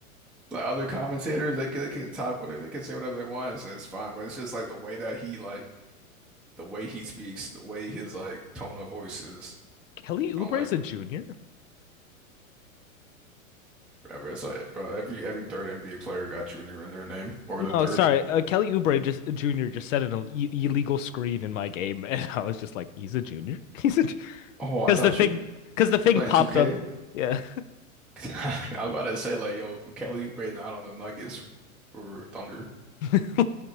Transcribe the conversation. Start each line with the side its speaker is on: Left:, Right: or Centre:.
Centre: like other commentators, they can, they can talk whatever they can say whatever they want. It's, it's fine, but it's just like the way that he like the way he speaks, the way his like tone of voice is.
Left: Kelly Oubre's
Centre: I don't like
Left: a
Centre: it.
Left: junior?
Centre: Ever. It's like, bro, every every third NBA player got Junior in their name or the third.
Left: No, sorry. Uh, Kelly Oubre just junior just set an Ill- illegal screen in my game, <laughs> and I was just like, he's a junior. <laughs> He's a
Centre: Oh, I
Left: because
Centre: thought
Left: the thing
Centre: you
Left: because the thing
Centre: you playing
Left: popped
Centre: 2K.
Left: up. Yeah.
Centre: <laughs> I was about to say like, yo, Kelly Oubre out on the Nuggets or Thunder.
Left: <laughs>